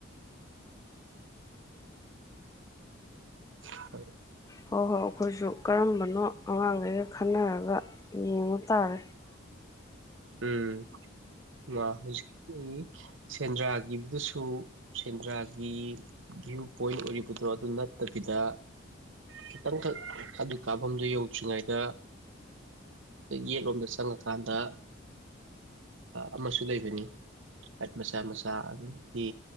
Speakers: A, on the right (about 70°); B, on the left (about 15°).
A: ꯍ
B: ꯍꯣꯏ ꯍꯣꯏ ꯑꯩꯈꯣꯏꯁꯨ ꯀꯔꯝꯕꯅꯣ ꯑꯉꯥꯡꯈꯩꯒ ꯈꯟꯅꯔꯒ ꯌꯦꯡꯉꯨ ꯇꯥꯔꯦ
A: ꯎꯝ ꯍꯧꯖꯤꯛꯀꯤ ꯁꯦꯟꯗ꯭ꯔꯥꯒꯤꯗꯨꯗꯁꯨ ꯁꯦꯟꯗ꯭ꯔꯥꯒꯤ ꯚ꯭ꯌꯨ ꯄꯣꯏꯟ ꯑꯣꯏꯔꯤꯕꯗꯣ ꯑꯗꯨ ꯅꯠꯇꯕꯤꯗ ꯈꯤꯇꯪꯈꯛ ꯑꯗꯨ ꯀꯥꯞꯐꯝꯗꯨꯣ ꯌꯧꯗ꯭ꯔꯤꯉꯩꯗ ꯌꯦꯠꯂꯣꯝꯗ ꯆꯪꯉꯀꯥꯟꯗ ꯑꯃꯁꯨ ꯂꯩꯕꯅꯤ ꯍꯥꯏꯠ ꯃꯆꯥ ꯃꯆꯥ ꯑꯗꯒꯤ